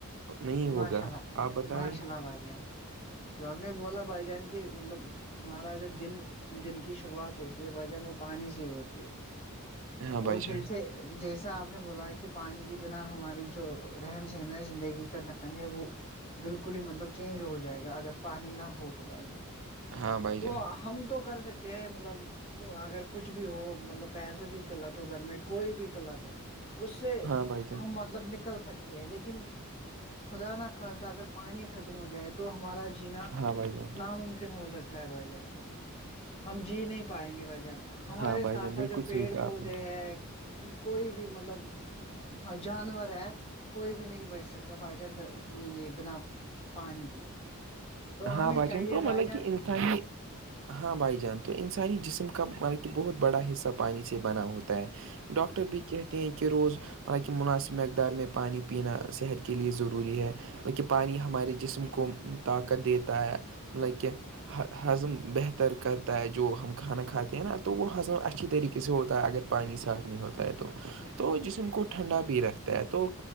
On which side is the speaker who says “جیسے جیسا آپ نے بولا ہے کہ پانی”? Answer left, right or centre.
Left